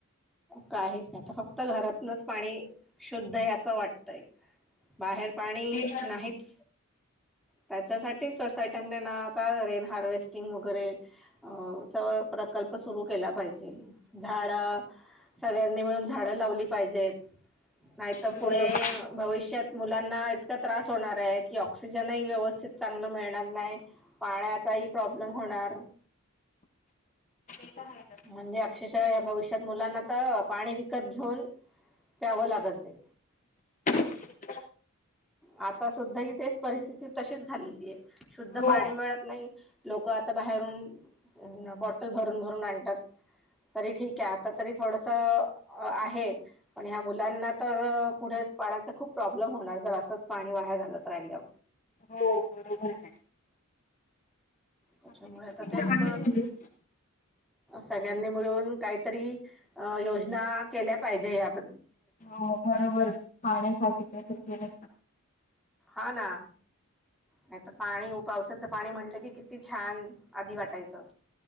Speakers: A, in the centre; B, on the left (about 35°).
A: काहीच नाही तर फक्त घरातलंच पाणी शुद्ध आहे असं वाटतय बाहेर पाणी
B: ते
A: नाहीच त्याच्यासाठी सोसायटीनी ना आता रेन हार्वेस्टिंग वगैरे अ च प्रकल्प सुरू केला पाहिजे झाड सगळ्यांनी मिळून झाडं लावली पाहिजेत नाही तर
B: पण
A: पुढे भविष्यात मुलांना इतका त्रास होणार की ऑक्सिजनही व्यवस्थित चांगलं मिळणार नाही पाण्याचाही प्रॉब्लेम होणार
B: बरोबर ते तर आहेच ते
A: म्हणजे अक्षरशः या भविष्यात मुलांना तर पाणी विकत घेऊन प्यावं लागत जाई
B: <inaudible>
A: आता सुद्धा ही तेच परिस्थिती तशीच झालेली आहे शुद्ध
B: हो
A: पाणी मिळत नाही लोक बाहेरून बॉटल भरून भरून आणतात तरी ठीक आहे आता तरी थोडस आहे पण ह्या मुलांना तर पुढे पाण्याचा खूप प्रॉब्लेम होणार जर असाच पाणी वाया घालत राहिल्या
B: हो बरोबर आहे.
A: त्याच्यामुळे
B: आपल्या किती
A: आता
B: दिशा
A: तेच
B: वगैरे होईल
A: सगळ्यांनी मिळून काहीतरी अ योजना केल्या पाहिजे याद्
B: हो बरोबर पाण्यासाठी काय तर केलं
A: आला नाही तर पाणी पावसाचं पाणी म्हटलं की किती छान आधी वाटायचं